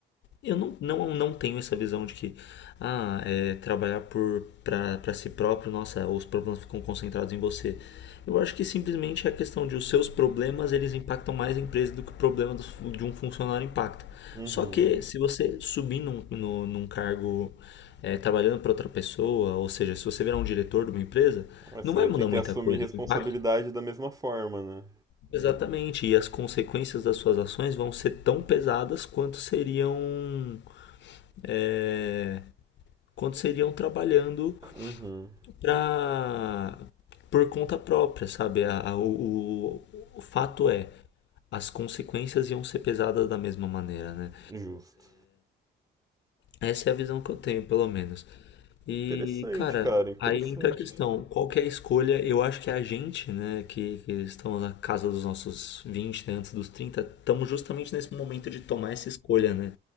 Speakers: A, on the left; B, on the right.
A: eu não, não, não tenho essa visão de que ah, é, trabalhar por para si próprio, nossa, os problemas ficam concentrados em você. Eu acho que simplesmente é a questão de os seus problemas eles impactam mais a empresa do que o problema do, de um funcionário impacta.
B: uhum.
A: Só que se você subir num, no- num cargo é, trabalhando para outra pessoa, ou seja, se você virar um diretor de uma empresa,
B: Mas
A: não
B: Você
A: vai
B: vai
A: mudar
B: ter que
A: muita
B: assumir
A: coisa.
B: responsabilidade
A: O impacto,
B: da mesma forma, né?
A: exatamente, e as consequências das suas ações vão ser tão pesadas quanto seriam é, quando seriam trabalhando
B: Uhum,
A: pra, por conta própria, sabe? A- a- o, o- o fato é, as consequências iam ser pesadas da mesma maneira, né?
B: justo.
A: Essa é a visão que eu tenho, pelo menos. E,
B: Interessante,
A: cara,
B: cara, interessante.
A: aí entra a questão, qual que é a escolha? Eu acho que é a gente, né, que, que estamos na casa dos nossos 20, né, antes dos 30, estamos justamente nesse momento de tomar essa escolha, né?